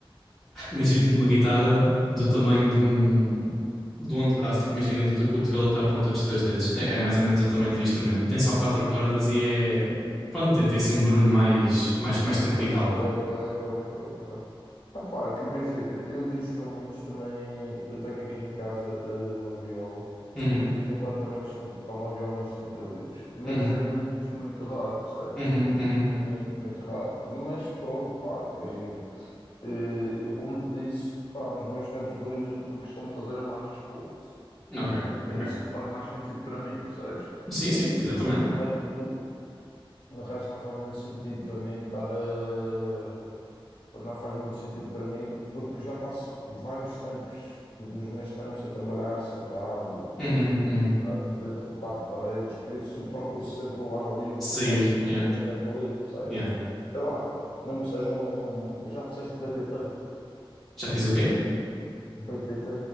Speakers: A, in the centre; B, on the left.
A: imagina tipo uma guitarra do tamanho de um, do antebraço, tipo imagina do teu cotovelo até à ponta dos teus dedos, é, é mais ou menos o tamanho do instrumento, tem só quatro cordas e é, pronto, tem, tem assim um barulho mais, mais, mais
B: Ok,
A: tropical.
B: ok, ok, ok, ok. ok. Ah, pá, é que imagina, eu de instrumentos também, eu tenho aqui em casa eh, uma viola
A: Uhum,
B: e de vez em quando também costumo tocar uma viola nos tempos livres, mas
A: uhum,
B: é muito, muito raro, percebes?
A: uhum, uhum,
B: Muito, muito raro. Mas pronto, pá, imagina, eh, eu como te disse, pá, nos meus tempos livres o que eu costumo fazer é mais desporto.
A: ok, ok.
B: É isso que faz mais sentido para mim, percebes?
A: Sim, sim, exatamente.
B: Porque de resto, de resto não faz muito sentido para mim estar a não faz muito sentido para mim, porque já passo vários tempos, nos meus tempos, a trabalhar sentado,
A: Uhum, uhum.
B: hum, dentro de quatro paredes, por isso eu procuro sempre o ar livre
A: Sair,
B: quando
A: yeah,
B: tenho tempo livre, percebes?
A: yeah.
B: Sei lá, mesmo que seja um. um, Já fizeste BTT?
A: Já fiz o quê?
B: BTT.